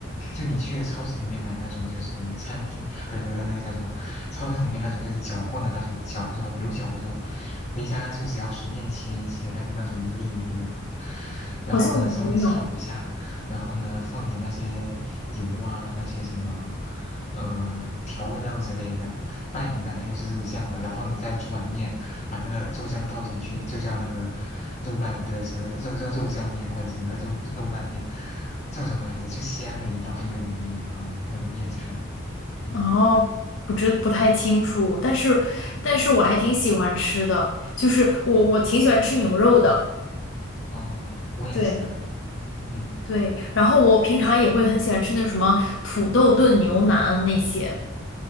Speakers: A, on the left (about 35°); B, on the left (about 65°).
A: 就你去超市里面买那种就是餐厅，不是那个叫什么，超市里面那种就是绞过的那种绞肉，牛绞肉，回家就只要随便切一切，它就那种一粒一粒的嘛。然后呢，
B: 好像我没有。
A: 稍微炒一下，然后呢，放点那些油啊，那些什么，呃，调味料之类的，拌一拌，它就是肉酱了。然后你再煮碗面，把那个肉酱倒进去，就叫那个肉拌，不是什么肉肉肉酱面或者什么肉肉拌面。叫什么来着？就西安的一道很有名的一道那个面菜。嗯
B: 哦，不知不太清楚，但是但是我还挺喜欢吃的，
A: 嗯
B: 就是我我挺喜欢吃牛肉的。
A: 嗯，哦，我也是啊。
B: 对。
A: 嗯，
B: 对，然后我平常也会很喜欢吃那什么土豆炖牛腩那些。